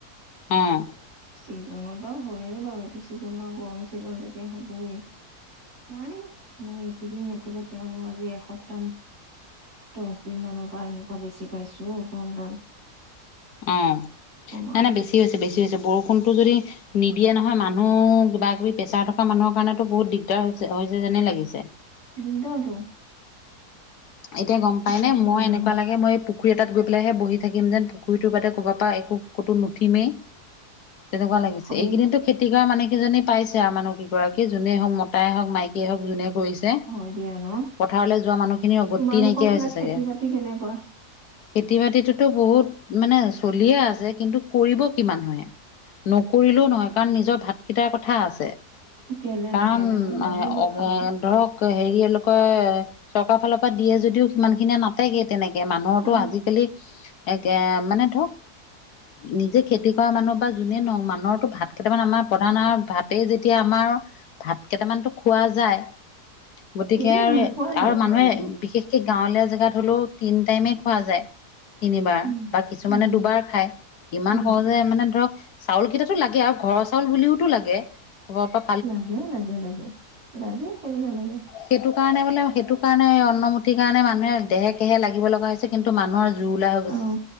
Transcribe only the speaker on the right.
ছিজনতো হয়য়ে বাউ এইটো ছিজনৰ গৰম ছিজন যেতিয়া হ'বই নাই মই এইকেইদিন একেবাই তেওঁ আজি এসপ্তাহ দছ দিন মানৰ পৰা এনেকুৱা বেছি পাইছো অ গৰমডাল
কমাও
দিন ট আটো
পইচা
থকা
মানুহৰ
হয়
হয় দিয়া ন
তোমালোকৰ
ফালে
খেতি
বাতি কেনেকুৱা
কেলে
নাই কেলে নাই লাগিবই
খাবলৈ
অ
কেলে নহয়
খোৱা যায়
খোৱা
যায়
উম
উম
উম
লাগে লাগে লাগে লাগে কেলে নেলাগে
আৰু